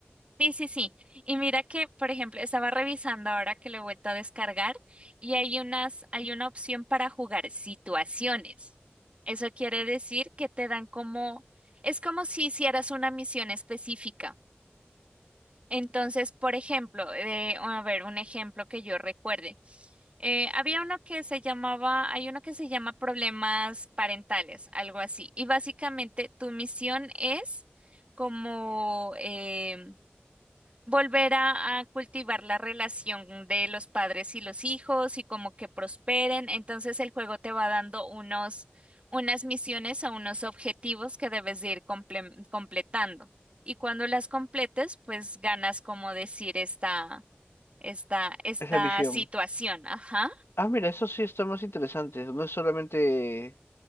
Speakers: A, on the right; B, on the left.
A: Sí, sí, sí. Y mira que, por ejemplo, estaba revisando ahora que lo he vuelto a descargar y hay unas, hay una opción para jugar situaciones. Eso quiere decir que te dan como, es como si hicieras una misión específica. Entonces, por ejemplo, eh, a ver, un ejemplo que yo recuerde. Eh, había uno que se llamaba, hay uno que se llama problemas parentales, algo así. Y básicamente tu misión es como em, volver a, a cultivar la relación de los padres y los hijos y como que prosperen. Entonces el juego te va dando unos, unas misiones o unos objetivos que debes de ir comple- completando. Y cuando las completes, pues ganas como decir esta, esta, esta
B: esa misión.
A: situación. Ajá.
B: Ah, mira, eso sí está más interesante. No es solamente